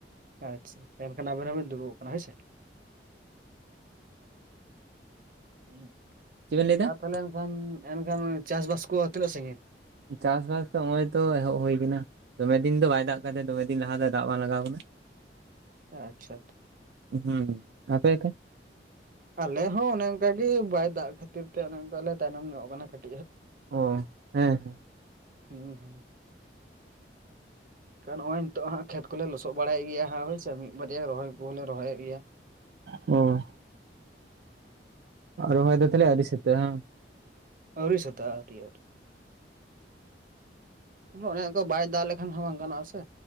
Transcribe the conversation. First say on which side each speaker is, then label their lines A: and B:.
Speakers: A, on the right (about 50°); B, on the right (about 65°).
A: ᱟᱪᱪᱷᱟ ᱮᱱᱠᱷᱟᱱ ᱟᱵᱮᱱ ᱦᱚᱸᱵᱮᱱ ᱫᱩᱵ ᱟᱠᱟᱱᱟ ᱦᱭᱥ ᱥᱮ᱾ ᱦᱩᱸ
B: ᱪᱮᱫᱵᱮᱱ ᱞᱟᱹᱭ ᱫᱟ
A: ᱛᱟᱦᱚᱞᱮ ᱮᱱᱠᱷᱟᱱ ᱮᱱᱠᱷᱟᱱ ᱪᱟᱥ ᱵᱟᱥ ᱠᱚ ᱛᱤᱱᱟᱹᱜ ᱥᱟᱺᱜᱤᱧ
B: ᱪᱟᱥᱵᱟᱥ ᱫᱚ ᱱᱚᱜ ᱚᱚᱭ ᱛᱚ ᱮᱦᱚᱵ ᱦᱩᱭᱠ ᱠᱟᱱᱟ᱾ ᱫᱚᱢᱮ ᱫᱤᱱ ᱫᱚ ᱵᱟᱭ ᱫᱟᱜ ᱠᱟ ᱫᱚᱢᱮ ᱫᱤᱱ ᱞᱟᱦᱟ ᱫᱚ ᱫᱟᱜ ᱵᱟᱝ ᱞᱟᱜᱟᱣ ᱠᱟᱱᱟ᱾
A: ᱟᱪᱪᱷᱟᱷᱟ
B: ᱦᱩᱸ ᱟᱯᱮᱛ
A: ᱟᱞᱮ ᱦᱚᱸ ᱚᱱᱮ ᱚᱱᱠᱟᱜ ᱜᱮ ᱵᱟᱭ ᱫᱟᱜ ᱠᱷᱟᱹᱛᱤᱨ ᱛᱮ ᱚᱱᱮ ᱚᱱᱠᱟ ᱞᱮ ᱛᱟᱭᱱᱚᱢ ᱧᱚᱜ ᱠᱟᱱᱟ ᱠᱟᱹᱴᱤᱡᱼᱼ
B: ᱚ ᱦᱮᱸ ᱦᱮᱸ
A: ᱦᱩᱸ ᱦᱩᱸ ᱟᱨ ᱱᱚᱜ ᱚᱚᱭ ᱱᱤᱛᱚᱜ ᱦᱜ ᱠᱷᱮᱛ ᱠᱚᱞᱮ ᱞᱚᱥᱚᱫ ᱵᱟᱲᱟᱭ ᱜᱮᱭᱟ ᱦᱜ ᱦᱳᱭᱥᱮ ᱢᱤᱫ ᱵᱟᱨᱭᱟ ᱨᱚᱭ ᱠᱚᱦᱚᱸᱮ ᱨᱚᱦᱚᱭᱮᱫ ᱜᱮᱭᱟ᱾
B: ᱚ ᱟᱨ ᱨᱚᱦᱚᱭ ᱫᱚ ᱛᱟᱞᱮ ᱟᱣᱨᱤ ᱥᱟᱛ ᱦ <inaudible>
A: ᱟᱹᱣᱨᱤ ᱥᱚᱛᱨᱤ ᱟᱹᱣᱨᱤ ᱚᱱᱮ ᱠᱟ ᱵᱟᱭ ᱫᱟᱜ ᱞᱮᱠᱷᱟᱱ ᱦᱚᱸ ᱵᱟᱝ ᱜᱟᱱᱚᱜᱼᱟ ᱥᱮ